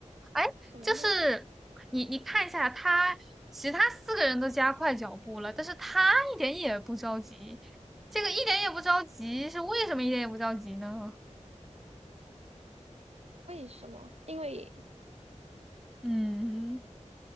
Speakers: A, in the centre; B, on the right.
A: 哎，
B: 什么东西？
A: 就是你，你看一下他，其他四个人都加快脚步了，但是他一点也不着急。这个一点也不着急，是为什么一点也不着急呢？
B: 为什么？因为
A: 嗯，